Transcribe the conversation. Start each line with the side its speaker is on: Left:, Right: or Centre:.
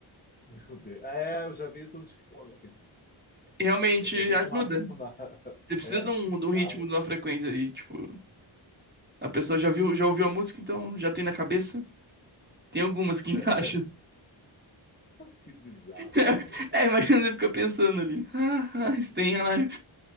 Left: meu Deus. É, eu já vi isso no TikTok.
Right: E Realmente
Left: Eu vi
Right: ajuda.
Left: isso na, na... <laughs>
Right: Você precisa
Left: É,
Right: de um,
Left: que bizarro.
Right: de um ritmo, de uma frequência e tipo, a pessoa já viu, já ouviu a música, então já tem na cabeça. Tem algumas que
Left: <laughs>
Right: encaixam.
Left: Que bizarro,
Right: <laughs>
Left: cara.
Right: É, imagina você fica pensando ali. Ah, ah, isso tem a live.